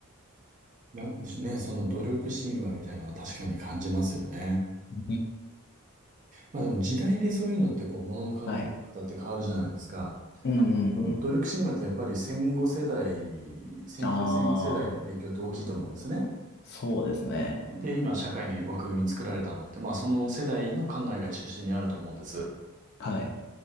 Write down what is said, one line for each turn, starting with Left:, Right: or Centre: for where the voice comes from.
Right: なね、その努力神話みたいなのは確かに感じますよね。
Left: うん
Right: まあでも時代でそういうのってこう、ものの考え方って変わるじゃないですか。
Left: はい。うんうんうん。
Right: 努力神話ってやっぱり戦後世代、戦中戦後世代の影響って大きいと思うんですね。
Left: ああ、そうですね。
Right: で、今社会に枠組み作られたのって、まあその世代の考えが中心にあると思うんです。
Left: はい。